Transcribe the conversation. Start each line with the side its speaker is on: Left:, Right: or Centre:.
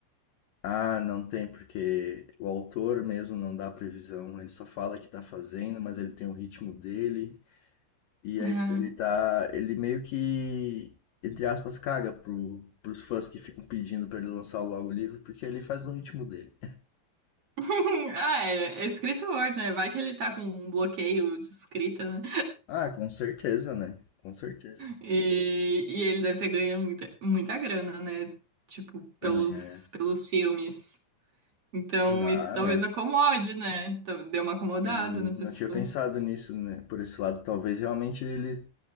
Left: ah, não tem, porque o autor mesmo não dá previsão. Ele só fala que tá fazendo, mas ele tem o ritmo dele. E aí
Right: Ah,
Left: ele tá. Ele meio que, entre aspas, caga pro, pros fãs que ficam pedindo para ele lançar logo o livro, porque ele faz no ritmo dele.
Right: <laughs> Ah, é, é escritor, né? Vai que ele tá com um bloqueio de escrita, né?
Left: Ah, com certeza, né? Com certeza.
Right: E, e ele deve ter ganho muita, muita grana, né? Tipo, pelos,
Left: É,
Right: pelos filmes. Então,
Left: Já,
Right: isso talvez
Left: né?
Right: acomode, né? Então, Deu uma acomodada
Left: Hum,
Right: na pessoa.
Left: não tinha pensado nisso, né? Por esse lado, talvez realmente ele,